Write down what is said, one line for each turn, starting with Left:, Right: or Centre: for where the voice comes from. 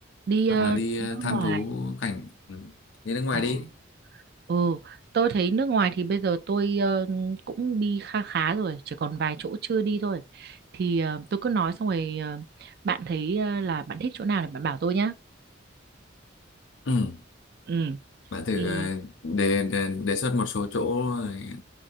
Right: Đi
Left: hoặc
Right: ờ,
Left: là đi
Right: nước
Left: ờ, tham
Right: ngoài.
Left: thú cảnh ừ. đi nước ngoài
Right: Ờ.
Left: đi
Right: Ừ, tôi thấy nước ngoài thì bây giờ tôi ờ, cũng đi kha khá rồi, chỉ còn vài chỗ chưa đi thôi. Thì ờ, tôi cứ nói xong rồi ờ, bạn thấy ờ, là bạn thích chỗ nào thì bạn bảo tôi nhá.
Left: ừ.
Right: Ừ,
Left: bạn thử
Right: thì
Left: ờ, đề, đề đề xuất một số chỗ rồi